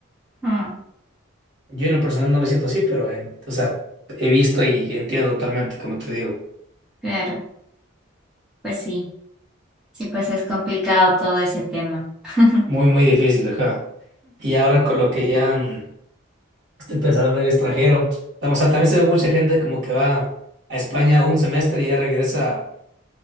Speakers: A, in the centre; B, on the right.
A: Mm,
B: Yo en lo personal no me siento así, pero en- o sea, he visto y entiendo totalmente, como te digo.
A: claro, pues sí, sí, pues es complicado todo ese tema. <laughs>
B: Muy, muy difícil, ajá. Y ahora con lo que ya mm, Estoy pensando en el extranjero. O sea, también se ve mucha gente como que va a España un semestre y ya regresa